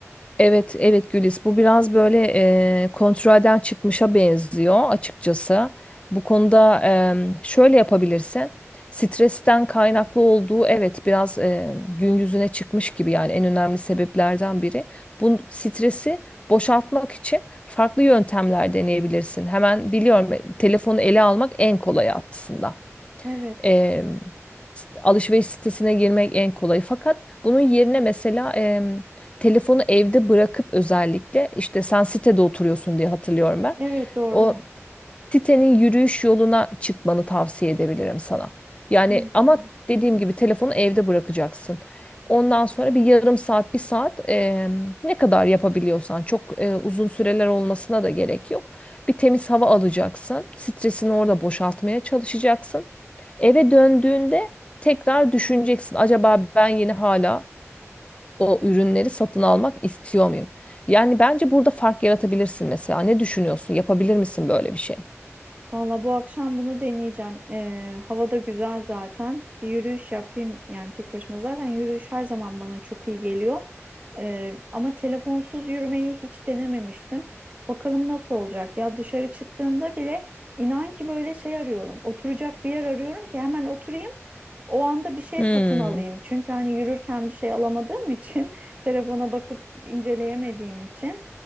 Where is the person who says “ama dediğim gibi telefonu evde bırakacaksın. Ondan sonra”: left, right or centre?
Left